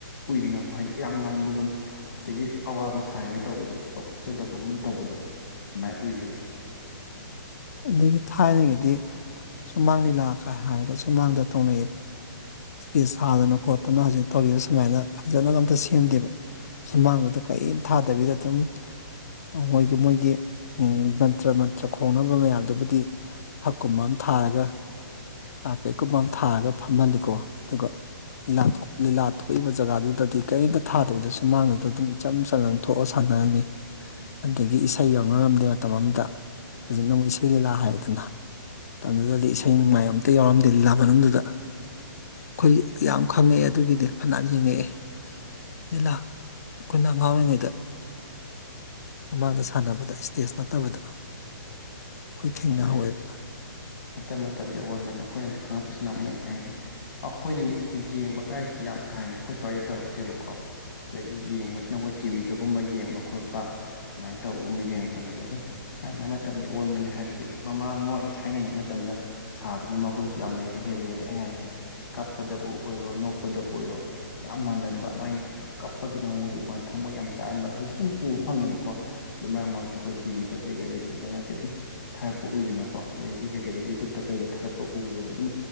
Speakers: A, on the left (about 70°); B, on the left (about 45°).
A: ꯎꯏꯗꯅꯀꯣ ꯍꯥꯏꯗꯤ ꯏꯔꯥꯡ ꯂꯥꯡꯕꯒꯨꯝ꯫ ꯑꯗꯒꯤ ꯑꯋꯥꯕ ꯁꯥꯔꯤꯃꯦ ꯇꯧꯕꯗꯣ ꯏꯄꯛ ꯄꯛꯆꯗꯕꯒꯨꯝ ꯇꯧꯕꯗꯣ ꯑꯗꯨꯃꯥꯏ ꯎꯏꯌꯦꯕ꯫
B: <inaudible> ꯑꯗꯒꯤ ꯊꯥꯏꯅꯒꯤꯗꯤ꯫ ꯁꯨꯃꯥꯡ ꯂꯤꯂꯥꯀ ꯍꯥꯏꯔꯒ ꯁꯨꯃꯥꯡꯗ ꯇꯧꯅꯩꯌꯦꯕ꯫ ꯁ꯭ꯇꯦꯖ ꯁꯥꯗꯅ ꯈꯣꯠꯇꯅ ꯍꯧꯖꯤꯛ ꯇꯧꯔꯤꯕ ꯁꯨꯃꯥꯏꯅ ꯐꯖꯅꯒ ꯑꯝꯇꯥ ꯁꯦꯝꯗꯦꯕ ꯁꯨꯃꯥꯡꯗꯨꯗ ꯀꯩꯝ ꯊꯥꯗꯕꯤꯗ ꯑꯗꯨꯝ ꯑꯩꯈꯣꯏꯒꯤ ꯃꯣꯏꯒꯤ ꯎꯝ ꯖꯟꯇ꯭ꯔꯥ ꯃꯟ ꯇ꯭ꯔꯥ ꯈꯣꯡꯅꯕ ꯃꯌꯥꯝꯗꯨꯕꯨꯗꯤ ꯐꯛꯀꯨꯝꯕ ꯑꯝ ꯊꯥꯔꯒ ꯀꯥꯔꯄꯦꯠꯀꯨꯝꯕ ꯑꯃ ꯊꯥꯔꯒ ꯐꯝꯍꯜꯂꯤꯀꯣ ꯑꯗꯨꯒ ꯂꯤꯂꯥ ꯊꯣꯛ ꯂꯤꯂꯥ ꯊꯣꯛꯏꯕ ꯖꯒꯥꯗꯨꯗꯗꯤ ꯀꯩꯝꯇ ꯊꯥꯗꯕꯤꯗ ꯁꯨꯃꯥꯡꯗꯨꯗ ꯑꯗꯨꯝ ꯏꯆꯝ ꯆꯝꯅ ꯊꯣꯛꯑ ꯁꯥꯟꯅꯔꯝꯃꯤ ꯑꯗꯒꯤ ꯏꯁꯩ ꯌꯥꯎꯅꯔꯝꯗꯦ ꯃꯇꯝ ꯑꯝꯗ ꯍꯧꯖꯤꯛꯅ ꯑꯃꯨꯛ ꯏꯁꯩ ꯂꯤꯂꯥ ꯍꯥꯏꯗꯅ ꯃꯇꯝꯗꯨꯗꯗꯤ ꯏꯁꯩ ꯅꯣꯡꯃꯥꯏ ꯑꯝꯇ ꯌꯥꯎꯔꯝꯗꯦ ꯂꯤꯂꯥ ꯃꯅꯨꯡꯗꯨꯗ ꯑꯩꯈꯣꯏ ꯌꯥꯝ ꯈꯪꯉꯛꯑꯦ ꯑꯗꯨꯒꯤꯗꯤ ꯐꯅꯥꯌꯥꯝ ꯌꯦꯡꯉꯛꯑꯦ ꯂꯤꯂꯥ ꯑꯩꯈꯣꯏꯅ ꯑꯉꯥꯡ ꯑꯣꯢꯔꯤꯉꯩꯗ ꯁꯨꯃꯥꯡꯗ ꯁꯥꯟꯅꯕꯗ ꯏꯁꯇꯦꯖ ꯅꯠꯇꯕꯗ ꯑꯩꯈꯣꯏ ꯊꯦꯡꯅꯍꯧꯋꯦꯕ
A: ꯍꯣꯏ ꯑꯗꯨꯅꯤ ꯃꯇꯝ ꯃꯇꯝꯒꯤ ꯑꯑꯣꯟꯕꯅꯦ ꯑꯩꯈꯣꯏꯅ ꯈꯪꯉꯛꯄꯁꯤꯅ ꯑꯃꯨꯛ ꯀꯩ ꯍꯥꯏꯅꯤ ꯑꯩꯈꯣꯏꯅ ꯌꯦꯡꯕꯒꯥꯏꯁꯤꯗꯤ ꯌꯥꯝ ꯀꯥ ꯍꯦꯟꯅ ꯑꯩꯈꯣꯏ ꯁ꯭ꯋꯥꯏ ꯇꯧꯔꯛꯇꯦꯕꯀꯣ ꯑꯗꯒꯤ ꯌꯦꯡꯕꯁꯤꯅ ꯑꯩꯈꯣꯏ ꯇꯤꯚꯤꯗꯒꯨꯝꯕ ꯌꯦꯡꯕ ꯈꯣꯠꯄ ꯑꯗꯨꯃꯥꯏꯟ ꯇꯧꯕꯒꯨꯝꯕ ꯌꯦꯡꯉꯛꯄꯅꯦꯕ ꯑꯗꯨꯝ ꯃꯥꯏ ꯃꯥꯏ ꯃꯇꯝꯒꯤ ꯑꯑꯣꯟꯕꯅꯦ ꯍꯥꯏꯕ ꯃꯃꯥꯡꯉꯣꯏ ꯊꯥꯏꯅꯉꯩ ꯃꯇꯝꯗ ꯁꯥꯕꯗꯨꯅ ꯃꯒꯨꯟꯁꯨ ꯌꯥꯝ ꯂꯩꯕ ꯍꯦꯜꯂꯤ ꯑꯗ ꯑꯩꯅ ꯍꯥꯏꯁꯦ ꯀꯞꯄꯗꯕꯨ ꯑꯣꯏꯔꯣ ꯅꯣꯛꯄꯗꯕꯨ ꯑꯣꯏꯔꯣ ꯌꯥꯝ ꯃꯥꯜꯍꯟꯕ ꯃꯥꯏ ꯀꯞꯄꯒꯤ ꯃꯑꯣꯡꯗꯣ ꯎꯕ ꯀꯥꯟꯗ ꯊꯝꯃꯣꯏ ꯌꯥꯝ ꯆꯥꯛꯍꯟꯕ ꯍꯧꯖꯤꯛꯁꯨ ꯗꯨꯝ ꯎꯕ ꯐꯪꯉꯦꯕꯀꯣ ꯑꯗꯨ ꯃꯔꯛ ꯃꯔꯛꯇ ꯑꯩꯈꯣꯏ ꯇꯤꯚꯤꯗ ꯀꯩꯗ ꯔꯦꯗꯤꯑꯣꯗ ꯅꯠꯇꯦ ꯑꯗꯨꯝ ꯊꯥꯔꯛꯄ ꯎꯏꯗꯅꯀꯣ ꯑꯗꯒꯤ ꯀꯩꯀꯩꯗ ꯌꯨꯇꯨꯨꯞꯇ ꯀꯩꯗ ꯊꯥꯒꯠꯄ ꯎꯕꯗ ꯑꯗꯨꯝ